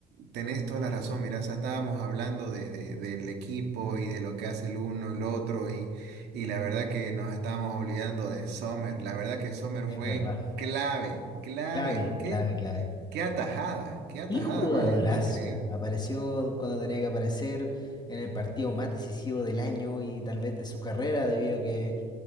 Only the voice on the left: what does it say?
Es
verdad.
Clave,
clave, clave.
Qué jugadorazo.
Apareció cuando tenía que aparecer en el partido más decisivo del año y tal vez de su carrera, debido a que